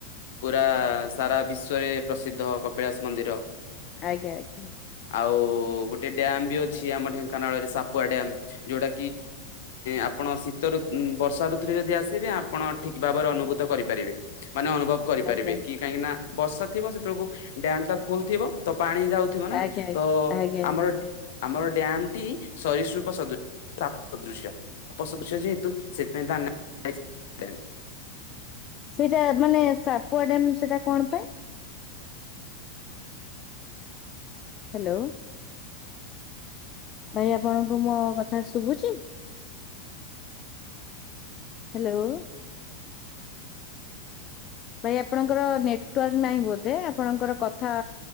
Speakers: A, on the left; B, on the left.
A: ପୁରା ସାରା ବିଶ୍ଵରେ ପ୍ରସିଦ୍ଧ କପିଳାସ ମନ୍ଦିର।
B: ଆଜ୍ଞା ଆଜ୍ଞା
A: ଆଉ ଗୋଟେ ଦ୍ୟାମ ବୁଅଛି। ଆମର ଢେଙ୍କାନାଳରେ ସାପୁଆ ଡ୍ୟାମ ଯୋଉଟା ଆପଣ ଶୀତଋତ ବର୍ଷା ଋତୁରେ ଯଦି ଆସିବେ ଆପଣ ଠିକ ଭାବରେ ଅନୁଭୂତ କରିପାରିବେ। ମାନେ ଅନୁଭବ କରିପାରିବେ
B: ଆଜ୍ଞା ଆଜ୍ଞା ଆଜ୍ଞା
A: କି କାହିଁକି ନା ବର୍ଷା ଥିବ ସେତବେଳକୁ ଡ୍ୟାମ ଟା ଫୁଲ ଥିବ ତ ପାଣି ଯାଉ ଥିବ ନା
B: ଆଜ୍ଞା ଆଜ୍ଞା।
A: ତ
B: ଆଜ୍ଞା ଆଜ୍ଞା
A: ଆମର ଡ୍ୟାମ ଟି ସରିସୃପ ସଦୃ ସାପ ସଦୃଶ୍ୟ। ସାପ ସଦୃଶ୍ୟ ଯେହେତୁ ସେଥିପାଇଁ ତା ନାଁ ହେଇଚି ଡ୍ୟାମ।
B: ସେଇଟା ମାନେ ସାପ ଡ୍ୟାମ ସେଟା କଣ ପାଇଁ? ହ୍ୟାଲୋ। ଭାଇ ଆପଣଙ୍କୁ ମୋ କଥା ଶୁଭୁଛି? ହ୍ୟାଲୋ। ଭାଇ ଆପଣଙ୍କର ନେଟୱାର୍କ ନାହିଁ ବୋଧେ ଆପଣଙ୍କର କଥା